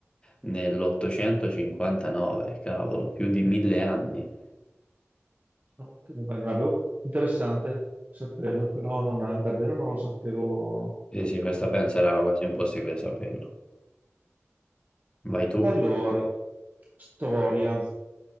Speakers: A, on the left; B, on the right.
A: nell'859, cavolo, più di mille anni.
B: Ok, vai, non avevo- Interessante saperlo, però non ha- davvero non lo sapevo.
A: Sì, sì, questa penso era quasi impossibile saperlo. Vai tu,
B: Allora, storia.